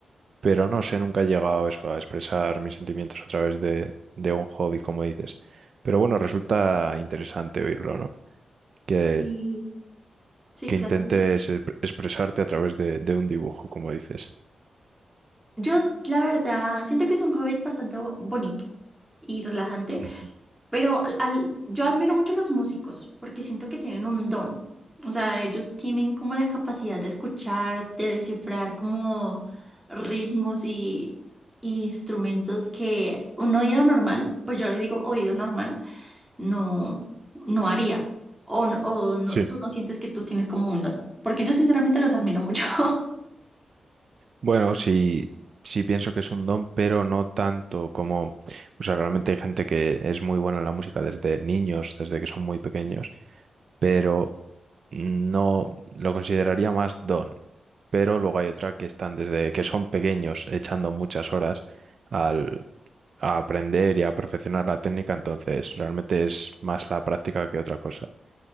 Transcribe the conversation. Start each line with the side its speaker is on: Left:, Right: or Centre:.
Right: Pero no sé, nunca he llegado a eso, a expresar mis sentimientos a través de, de un hobby, como dices. Pero bueno, resulta interesante oírlo, ¿no? Que,
Centre: Y sí,
Right: que
Centre: claro.
Right: intentes e- expresarte a través de, de un dibujo, como dices.
Centre: Yo, la verdad, siento que es un hobby bastante bo- bonito y relajante.
Right: Ujú.
Centre: Pero al, al- yo admiro mucho a los músicos porque siento que tienen un don. O sea, ellos tienen como la capacidad de escuchar, de descifrar como ritmos y, y instrumentos que un oído normal, pues yo le digo oído normal, no, no haría. O, no- o no,
Right: Sí.
Centre: tú no sientes que tú tienes como un don. Porque yo sinceramente los admiro mucho. <laughs>
Right: Bueno, sí, sí pienso que es un don, pero no tanto como... O sea, realmente hay gente que es muy buena en la música desde niños, desde que son muy pequeños, pero... No lo consideraría más don, pero luego hay otra que están desde que son pequeños echando muchas horas al, a aprender y a perfeccionar la técnica, entonces realmente es más la práctica que otra cosa.